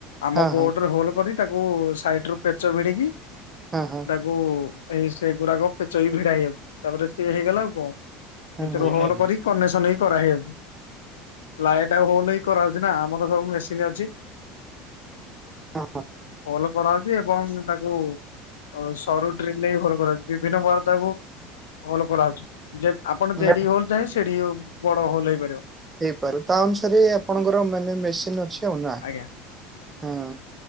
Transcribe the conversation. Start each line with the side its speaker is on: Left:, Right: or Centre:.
Left: ଆମ
Right: ହଁ
Left: ପୋଅଟ
Right: ହଁ
Left: ରେ ହୋଲ କରି ତାକୁ ସାଇଟ ରୁ ପେଚ ଭିଡିକି
Right: ହଁ ହଁ।
Left: ହୋଉ ଏଇ ସେ ଗୁଡାକ ପେଚ ଭିଡା ହେଇଯାଉଛି ତାପରେ ସିଏ ହେଇଗଲା ଆଉ କଣ।
Right: ହଁ
Left: ଭିତରୁ ହଲ
Right: ହଁ
Left: କରି କନେସନ ବି କରାହେଇଯାଉଛି। ଲାଇଟା ହୋଲ ହଇ କରାହେଉଛି ନା ଆମର ସବୁ ମେସିନ୍ ଅଛି।
Right: ହଁ
Left: କଲ କରାହାଉଛି ଏବଂ ତାକୁ ଅ ସରୁ ଡ୍ରିଲ ଭଲ କରାଉଛି ବିଭିନ୍ନ ବାର ତାକୁ ଭଲ କରାହାଉଉଛି। ଆପଣ
Right: ହଁ
Left: ଯେଠି ହୋଲ ଚାହିେଁ ସେଠି ବଡ ହଲ ହେଇପାରିବ।
Right: ହେଇପାରୁ ତା ଅନୁସାରେ ଆପଣଙ୍କର ମାନେ ମେସିନ ଅଛି। ଉନା
Left: ଆଜ୍ଞା
Right: ହଁ।